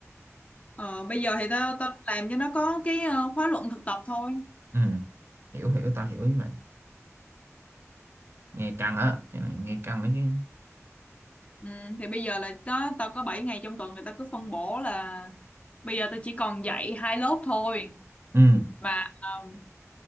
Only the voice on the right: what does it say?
ừ hiểu hiểu tao hiểu ý mày nghe căng á cái này nghe căng ấy chứ
ừ